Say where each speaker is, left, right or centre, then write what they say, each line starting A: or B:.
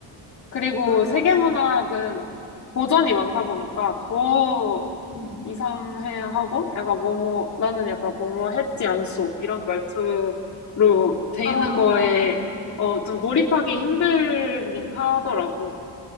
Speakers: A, on the left; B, on the left.
A: 그리고
B: 어 난 그게
A: 세계
B: 진짜
A: 문학은 고전이 많다 보니까 더
B: 음.
A: 이상해야 하고, 약간 뭐뭐, 나는 약간 뭐뭐 했지 않소. 이런 말투로 돼
B: 아
A: 있는
B: 맞아.
A: 거에, 어, 좀 몰입하기
B: 어.
A: 힘들긴 하더라고.